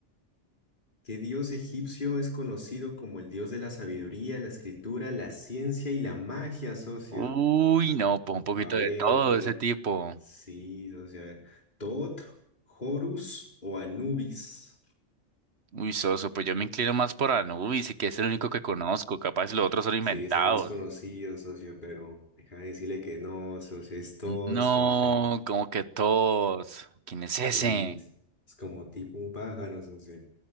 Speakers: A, on the left; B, on the right.
A: ¿qué dios egipcio es conocido como el dios de la sabiduría, la escritura, la ciencia y la magia, socio?
B: Uy, no, pues un poquito
A: A ver,
B: de todo
A: a ver.
B: ese tipo.
A: Sí, socio, a ver. ¿Tot, Horus o Anubis?
B: Uy, soso, pues yo me inclino más por Anubis y que es el único que conozco. Capaz los otros son inventados.
A: Sí, es el más conocido, socio, pero déjame decirle que no, socio, es Tot,
B: No,
A: socio.
B: como que todos. ¿Quién es ese?
A: Sí, es es como tipo un pájaro, socio.